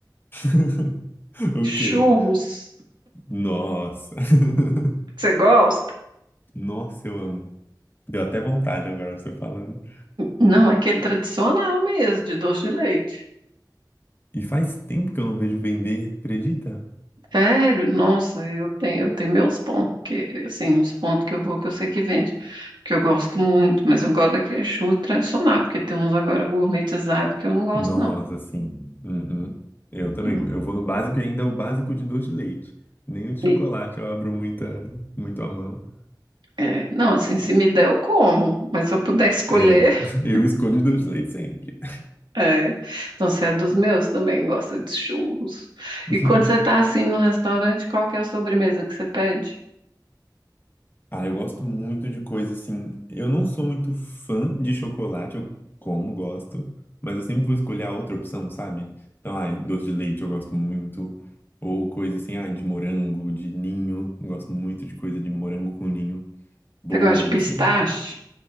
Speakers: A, on the left; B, on the right.
A: <laughs> O
B: Churros.
A: quê? Nossa. <laughs>
B: Você gosta?
A: Nossa, eu amo. Deu até vontade agora você falando.
B: Não, aquele tradicional mesmo, de doce de leite.
A: E faz tempo que eu não vejo vender, acredita?
B: Sério, nossa, eu tenho, eu tenho meus pontos, que, assim, os pontos que eu vou que eu sei que vende, porque eu gosto muito, mas eu gosto daquele churro tradicional, porque tem uns agora gourmetizados que eu não gosto,
A: Nossa,
B: não.
A: sim. Uhum. Eu também.
B: Hum.
A: Eu vou no básico e ainda é o básico de doce de leite. Nem o de chocolate
B: E
A: eu abro muita, muito a mão.
B: É, não, assim, se me der, eu como, mas se eu puder escolher,
A: É,
B: <laughs>
A: <laughs> eu escolho doce de leite sempre.
B: é. Então, você é dos meus, também gosta de churros.
A: <laughs>
B: E quando você está assim no restaurante, qual que é a sobremesa que você pede?
A: Ah, eu gosto muito de coisa assim. Eu não sou muito fã de chocolate, eu como, gosto, mas eu sempre vou escolher a outra opção, sabe? Então, ai, doce de leite eu gosto muito. Ou coisa assim, ai, de morango, de ninho. Eu gosto muito de coisa de morango com ninho. Bolo,
B: Você gosta de pistache?
A: seja.